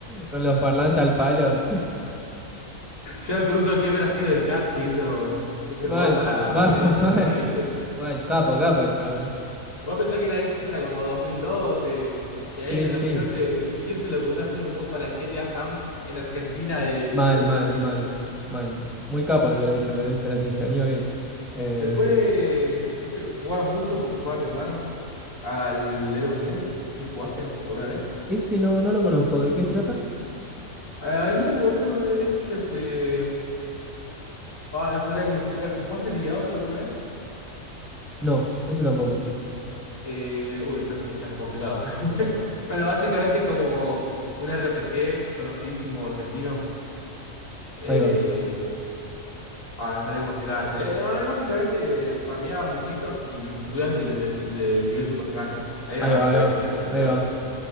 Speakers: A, in the centre; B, on the left.
A: Con los parlantes al palo.
B: Yo me pregunto quién habrá sido el chat que hizo
A: <laughs>
B: ese
A: Mal,
B: mod para,
A: mal,
B: para toda la Argentina,
A: mal,
B: ¿viste?
A: mal. Capo, capo el chabón, ¿eh?
B: Vos pensás que era, es- eso era como 2012. Y
A: Sí,
B: ahí en el
A: sí.
B: 2011, ¿qui- ¿quién se le ocurrió hacer un mod para el GTA Samp en Argentina de
A: Mal,
B: volverse
A: mal,
B: así?
A: mal, mal. Muy capo el que lo hizo, ¿eh? Se las ingenió bien. Eh,
B: Después, no sé, jugaba mucho porque jugaba mi hermano al Eros Mu. No sé si jugaste alguna vez.
A: ese no, no lo conozco. ¿De qué trata?
B: Al Mu, boludo, es este. Ah, no sabría cómo explicarte. ¿Jugaste Diablo alguna vez?
A: No, ese tampoco.
B: Eh, uy, estás, ya está complicado. <laughs> Bueno, básicamente es como un RPG conocidísimo argentino. eh,
A: Ahí va,
B: Ah, no sabía cómo explicarte. Eh, no, eh, básicamente eh, farmeabas bichitos y subías de, de- de nivel tu personaje. Ahí era
A: ahí
B: básicamente
A: va, ahí va,
B: toda la explicación.
A: ahí va.